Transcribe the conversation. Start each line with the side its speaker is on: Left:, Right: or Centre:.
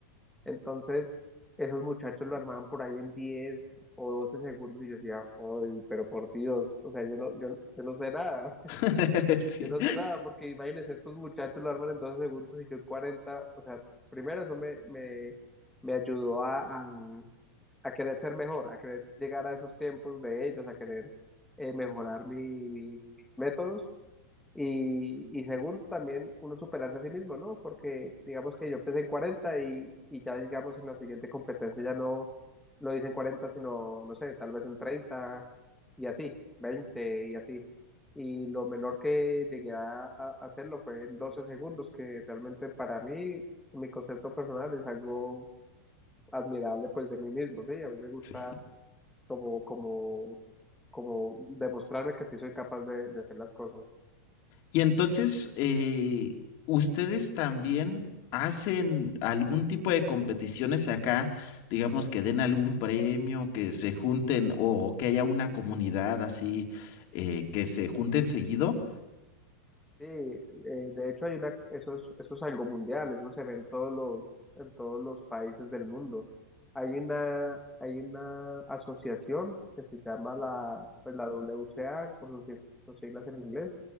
Centre: Entonces esos muchachos lo armaban por ahí en diez o doce segundos y yo decía, uy, pero por Dios, o sea, yo no, yo, yo no sé nada.
Left: <laughs> Sí,
Centre: Yo no sé nada, porque imagínense, estos muchachos lo arman en 12 segundos y yo en cuarenta O sea, primero eso me, me, me ayudó a, a, a querer ser mejor, a querer llegar a esos tiempos de ellos, a querer eh, mejorar mi, mi- mis métodos. Y, y segundo, también uno superarse a sí mismo, ¿no? Porque digamos que yo empecé en 40 y, y ya digamos en la siguiente competencia ya no lo hice en 40 sino, no sé, tal vez en 30 y así, 20 y así. Y lo menor que llegué a, a hacerlo fue en 12 segundos, que realmente para mí, mi concepto personal es algo admirable pues de mí mismo, ¿sí? A mí me gusta
Left: sí.
Centre: como, como, como demostrarme que sí soy capaz de, de hacer las cosas.
Left: Y entonces, eh, ¿ustedes también hacen algún tipo de competiciones acá? Digamos que den algún premio, que se junten o que haya una comunidad así, eh, que se junten seguido.
Centre: Sí, eh, de hecho hay una, eso es, eso es algo mundial, eso se ve en todos los, en todos los países del mundo. Hay una, hay una asociación que se llama la, pues la WCA, por sus, sig- sus siglas en inglés,